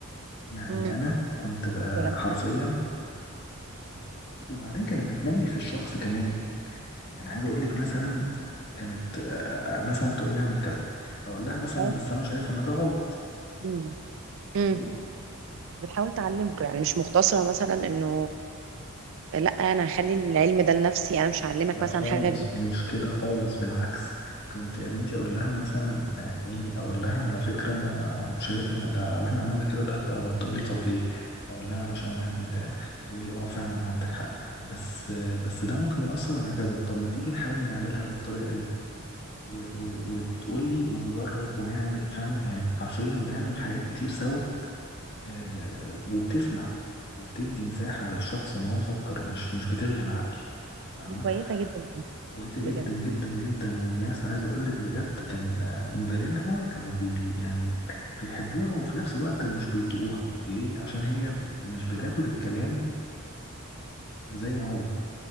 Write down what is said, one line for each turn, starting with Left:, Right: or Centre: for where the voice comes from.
Left: يعني
Right: امم
Left: انا كنت ب-
Right: يا جماعه
Left: حرفيا وبعدين كانت بتنمي في الشخص كمان يعني عايز اقول لك مثلا كانت آه، آه، مثلا تقول لي اعمل كذا اقول لها مثلا
Right: بتحاول
Left: بس انا شايف ان ده غلط
Right: تعلمه. امم
Left: ايه
Right: بتحاول تعلمكم يعني مش مقتصره مثلا انه لا انا هخلي العلم ده لنفسي انا مش هعلمك
Left: لا
Right: مثلا
Left: خالص
Right: حاجه جديده
Left: مش كده خالص بالعكس كنت يا بنتي اقول لها مثلا آه، ايه اقول لها على فكره انا شايف ان ده واحنا عملنا كده ده غلط تقول لي طب ليه اقول لها علشان واحد اتنين تلاته تقول لي اه فعلا عندك حق بس آه، بس ده ممكن ياثر على كذا طب ما تيجي نحاول نعملها بالطريقه دي و و وتقول لي ونجرب ونعمل فاهمه يعني حرفيا بنعمل حاجات كتير سوا آه وبتسمع وبتدي مساحه للشخص ان هو يفكر مش مش بتلغي العقل فاهمه
Right: دي كويسه جدا
Left: كويسة جدا
Right: بجد
Left: جدا جدا والناس عايز اقول لك بجد كان آه، مديرينها كانوا بي يعني بيحبوها وفي نفس الوقت مش بيطيقوها ليه؟ عشان هي مش بتاخد الكلام زي ما هو